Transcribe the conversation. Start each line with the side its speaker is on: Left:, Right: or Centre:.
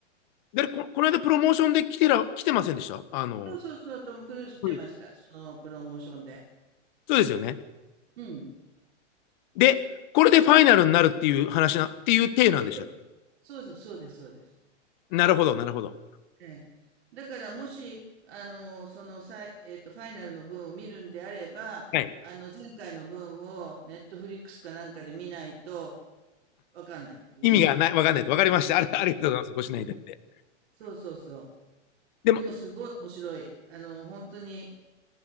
Left: で、こ、この間プロモーションで来てら、来てませんでしたあの
Right: そうそうそう、トム・クルーズ来てました。
Left: うん
Right: そのプロモーションで。
Left: そうですよね。
Right: うん。
Left: で、これでファイナルになるっていう話な、っていう体なんでした。
Right: そうです。そうそう、そうです、そうです。
Left: なるほど、なるほど。
Right: ええ。だから、もし、あの、その、さい、えっと、ファイナルの分を見るんであれば、
Left: はい。
Right: あの、前回の分を、ネットフリックスかなんかで見ないと、わかんないですよね。
Left: 意味がない、わかんないと。わかりました。ありありがとうございます。ご指南いただいて。
Right: うん。そうそうそう。
Left: でも、
Right: でも、すごい面白い。あの、本当に、